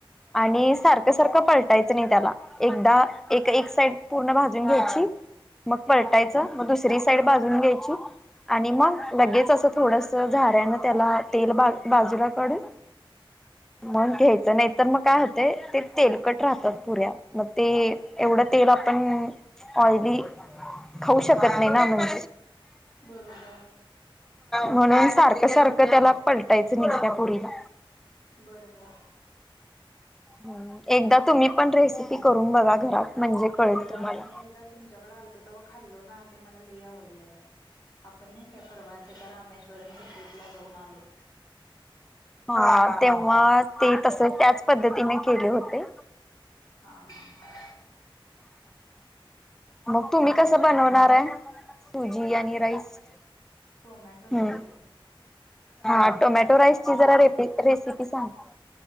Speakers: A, in the centre; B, on the left.
A: आणि
B: हा हा
A: सारखं सारखं- - पलटायचं नाही त्याला एकदा एक एक साईड पूर्ण भाजून घ्यायची. मग पलटायचं मग दुसरी साईड भाजून घ्यायची आणि मग लगेच अस थोडस झाऱ्यान त्याला तेल बाजूला काढून मग घ्यायचं नाही. तर मग काय होतय ते तेलकट राहतात पुऱ्या मग ते एवढं तेल आपण ऑयली खाऊ शकत नाही ना म्हण
B: बरोबर
A: म्हणून सारखं सारखं त्याला पलटायचं नाही त्या पुरीला.
B: बर, बर.
A: ह एकदा तुम्ही पण रेसिपी करून बघा. घरात
B: हो.
A: म्हणजे
B: मी
A: कळेल
B: एकदा
A: तुम्हाला
B: मी एकदा तुमच्याकडे आलतो तेव्हा खाल्लो ना ते मला लई आवडलेलं. आपण नाही काय परवायचंय का रामेश्वरमच्या ट्रिपला जाऊन आलो.
A: हा. तेव्हा ते तस त्याच पद्धतीने केले होते.
B: हा, हा, हा.
A: मग तूमी
B: आम्ही
A: कस
B: आज
A: बनवणारयं. सूजी आणि राईस.
B: टोमॅटो राईस
A: हम्म.
B: हो
A: हा टोमॅटो राईस ची जरा रेपि रेसिपी सांगा.